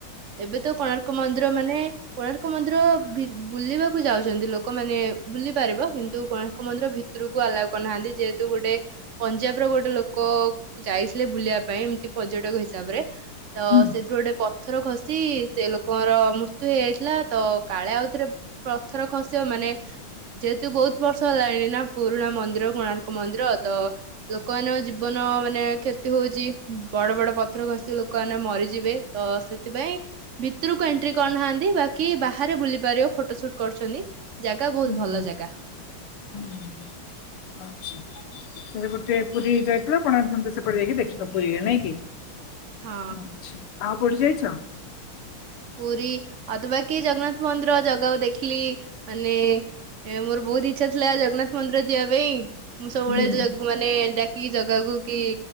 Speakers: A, on the right; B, on the left.
A: ଏବେ ତ କୋଣାର୍କ ମନ୍ଦିର ମାନେ କୋଣାର୍କ ମନ୍ଦିର ବୁଲିବାକୁ ଯାଉଛନ୍ତି ଲୋକମାନେେ ବୁଲି ପାରିବ କିନ୍ତୁ କୋଣାର୍କ ମନ୍ଦିର ଭିତରକୁ ଆଲାଉ କରୁନାହାନ୍ତି ଯେହେତୁ ଗୋଟେ ପଞ୍ଜାବର ଗୋଟେ ଲୋକ ଯାଇଥିଲେ ବୁଲିବା ପାଇଁ ଏମିତି ପର୍ଯ୍ୟଟକ ହିସାବରେ। ତ
B: ହୁଁ
A: ସେଥିରୁ ଗୋଟେ ପଥର ଖସି ସେ ଲୋକଙ୍କର ମୁ ତ ଏ ଥିଲା ତ କାଳେ ଆଉଥରେ ପଥର ଖସିବ ମାନେ ଯେହେତୁ ବହୁତ ବର୍ଷ ହେଲାଣି ନା ପୁରୁଣା ମନ୍ଦିର କୋଣାର୍କ ମନ୍ଦିର ତ ଲୋକ ମାନଙ୍କ ଜୀବନ ମାନେ। କ୍ଷତି ହଉଛି ବଡ ବଡ ପଥର ଖଷିକି ଲୋକମାନେ ମରିଯିବେ। ତ ସେଥିପାଇଁ ଭିତରକୁ ଏଣ୍ଟ୍ରି କରୁନାହାନ୍ତି ବାକି ବାହାରେ ବୁଲି ପାରିବ ଫଟୋ ସୁଟ କରୁଛନ୍ତି। ଜାଗା ବହୁତ
B: ହୁଁ
A: ଭଲ ଜାଗା
B: ହଁ ଆ। ସେ ଗୋଟେ ପୁରୀ ଯାଇଥିଲା କୋଣାର୍କ ସେପଟେ ଯାଇକି ଦେଖିବା ପୁରୀରେ ନାଇଁ କିି।
A: ହଁ
B: ଆଛା ଆଉ କୋଉଠି ଯାଇଛ?
A: ପୁରୀ ଆଉ ତ ବାକି ଜଗନ୍ନାଥ ମନ୍ଦିର ଜଗାକୁ ଦେଖିଲି ମାନେ। ଏ ମୋର ବହୁତ ଇଚଛା ଥିଲା ଜଗନ୍ନାଥ ମନ୍ଦିର ଯିବା ପାଇଁ ମୁଁ ସବୁବେଳେ
B: ହୁଁ ହୁଁ
A: ମାନେ ଡାକିକି ଜଗାକୁ କି